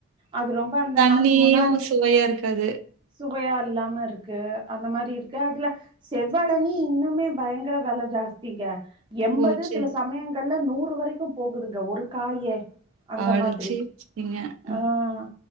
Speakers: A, on the right (about 20°); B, on the right (about 70°).
A: அது ரொம்ப அந்த
B: தண்ணியு
A: மாரி முன்னாடி
B: சுவையா இருக்காது
A: சுவையா இல்லாம இருக்கு அந்த மாரி இருக்க அதுல செவ்இளனி இன்னுமே பயங்கர வில ஜாஸ்திங்க எண்பது
B: ஓ! சரி.
A: சில சமயங் கல்ல நூறு வரைக்கும் போகுதுங்க ஒரு காயே அந்த
B: அடச்சீ!
A: மாதிரி
B: ச்சீங்க. அ
A: ஆஹ்